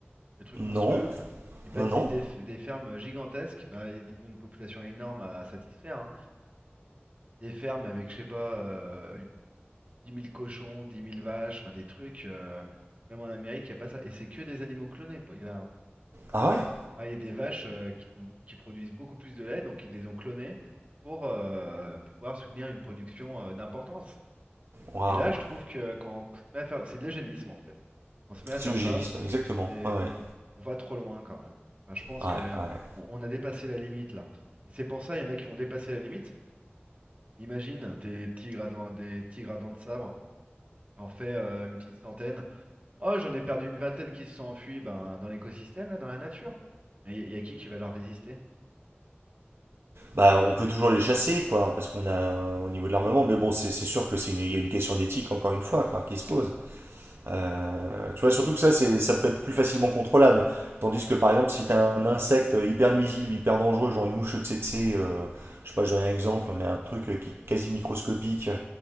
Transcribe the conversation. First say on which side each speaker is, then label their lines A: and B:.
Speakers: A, on the right; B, on the right.
A: Le truc monstrueux.
B: Non,
A: Ils bâtissent
B: non, non.
A: des, f- des fermes gigantesques. Bah, ils ont une population énorme à satisfaire. hein. Des fermes avec, je sais pas, euh, 10 000 cochons, dix mille vaches, enfin des trucs. euh, Même en Amérique, il n'y a pas ça. Et c'est que des animaux clonés. Il y en a. hein.
B: Ah ouais,
A: Ah, Il y a des vaches euh, qui sont- qui produisent beaucoup plus de lait, donc ils les ont clonées pour euh, pouvoir soutenir une production euh, d'importance.
B: waouh.
A: Et là, je trouve que quand on se met à faire, c'est de l'eugénisme en fait. On se met à
B: C'est
A: faire
B: l'eugénisme,
A: ça,
B: exactement.
A: et
B: Ah
A: on,
B: ouais,
A: on va trop loin quand même. Enfin, je pense
B: ah
A: que
B: ouais, ah ouais.
A: on, on a dépassé la limite là. Et c'est pour ça, il y en a qui vont dépasser la limite. Imagine, tes tigres à dents, des tigres à dents de sabre, t'en fais euh, une petite centaine. Oh, j'en ai perdu une vingtaine qui se sont enfuis ben, dans l'écosystème là, dans la nature. Mais il y, y a qui qui va leur résister?
B: Bah, on peut toujours les chasser, quoi, parce qu'on a euh, au niveau de l'armement, mais bon, c'est c'est sûr que c'est une, il y a une question d'éthique, encore une fois, quoi, qui se pose. Euh, tu vois, surtout que ça, c'est, ça peut être plus facilement contrôlable. Tandis que par exemple, si tu as un insecte hyper nuisible, hyper dangereux, genre une mouche tsetse, euh, je sais pas, je donne un exemple, mais un truc euh, qui est quasi microscopique euh,